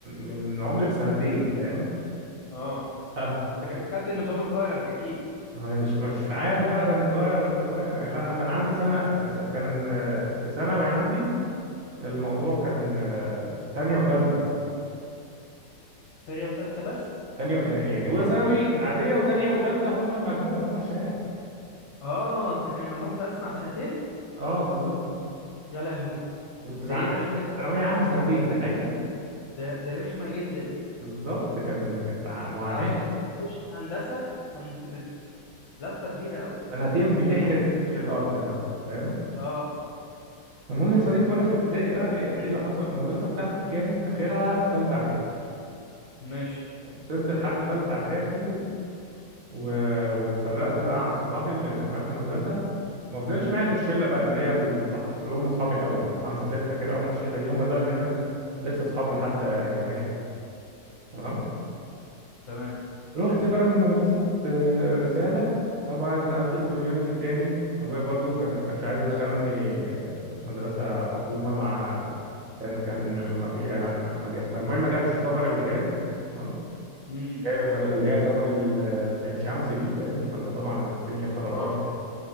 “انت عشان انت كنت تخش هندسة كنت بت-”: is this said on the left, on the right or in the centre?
Left